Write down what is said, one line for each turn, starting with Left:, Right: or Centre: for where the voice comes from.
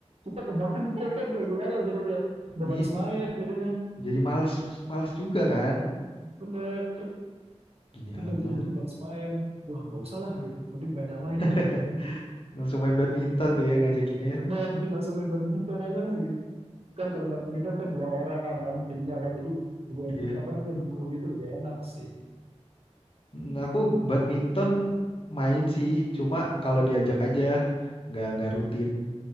Right: kita kebantai kan kayak gimana ya jadinya. Udah
Left: Iya,
Right: males main jadinya.
Left: jadi males males juga kan.
Right: Bener,
Left: Gini amat.
Right: bener sih. Jadi males main. Wah nggak usah lah gitu. Mending main yang lain
Left: <laughs>
Right: dah kayak gitu.
Left: Langsung main badminton tuh ya ngajakinnya.
Right: Bener, <laughs> langsung main badminton aja lah gitu. kan kalau badminton kan dua orang kan timnya kan jadi dua
Left: Iya.
Right: apa namanya duo gitu lebih enak sih
Left: Mm, Aku badminton main sih, cuma kalau diajak aja nggak nggak rutin.